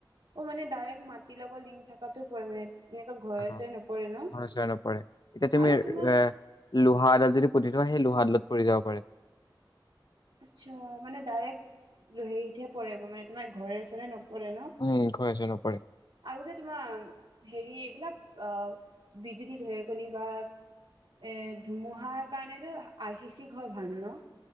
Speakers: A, on the right; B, on the left.
A: অ মানে ডাইৰেক্ট মাটিৰ লগত লিংক থকাটো পৰি মানে এনেকুৱা ঘৰে
B: অ ঘৰে
A: চৰে নপৰে ন?
B: চৰে নপৰে এতিয়া তুমি
A: আৰু তোমাৰ
B: এ লোহা এডাল যদি পুতি থোৱা লোহা দালত পৰি যাব পাৰে
A: আচ্ছা মানে ডাইৰেক্ট হেৰিতহে পৰেগই মানে তোমাৰ ঘৰে চৰে নপৰে নপৰে ন
B: উম ঘৰে চৰে নপৰে
A: আৰু যে তোমাৰ হেৰি এইবিলাক অ বিজুলী ঢেৰেকনি বা এ ধুমুহাৰ কাৰণে যে আই চি চি ঘৰ ভাল হয় ন